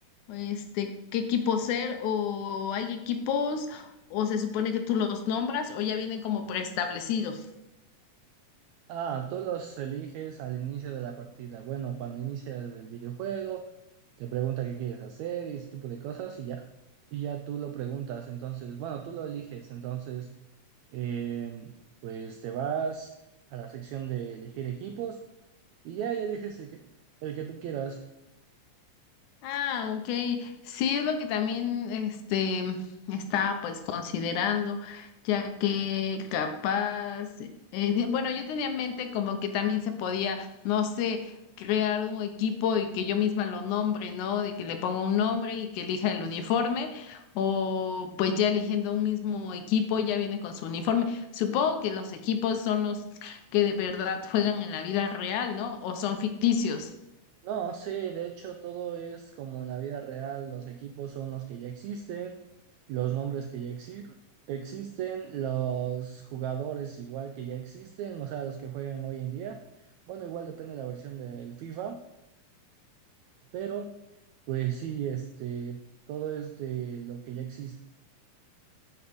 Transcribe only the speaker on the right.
Ah, tú los eliges al inicio de la partida. Bueno, cuando inicia el videojuego, te pregunta qué quieres hacer y ese tipo de cosas y ya. Y ya tú lo preguntas. Entonces, bueno, tú lo eliges. Entonces, em, pues te vas a la sección de elegir equipos y ya ahí eliges el que, el que tú quieras.
No, sí, de hecho todo es como en la vida real, los equipos son los que ya existen, los nombres que ya exi- existen, los jugadores igual que ya existen, o sea, los que juegan hoy en día. Bueno, igual depende de la versión del FIFA, pero pues sí, este, todo es de lo que ya existe.